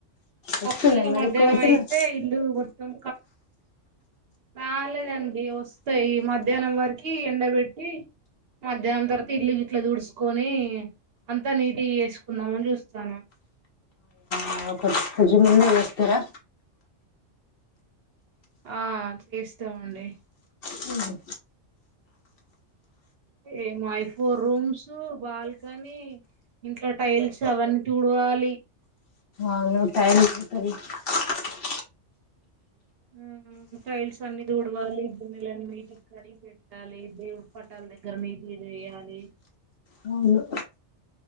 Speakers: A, on the left; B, on the right.
A: వస్తున్నాయి
B: అట్లా నేను
A: మరి
B: మధ్యాహ్నం
A: ఎక్కువ వస్తున్నాయి
B: అయితే ఇల్లు మొత్తం రాలేదండి వస్తాయి మధ్యాహ్నం వరకి ఎండబెట్టి మధ్యాహ్నం తర్వాత ఇల్లు గిట్లా తుడుసుకొని అంతా నీట్ గా చేసుకుందామని చూస్తానం
A: <unintelligible> చేస్తారా
B: ఆ చేస్తామండి
A: హుహు
B: ఏ మై ఫోర్ రూమ్స్ బాల్కనీ ఇంట్లో టైల్స్ అవన్నీ తోడువా వాలి
A: అవును టైం <unintelligible>
B: ఆ టైల్స్ అన్ని తూడువాలి గిన్నెలన్నీ నీటిగా కడిగి పెట్టాలి దేవుడి పటాలు దగ్గర నీటిగా చేయాలి
A: అవును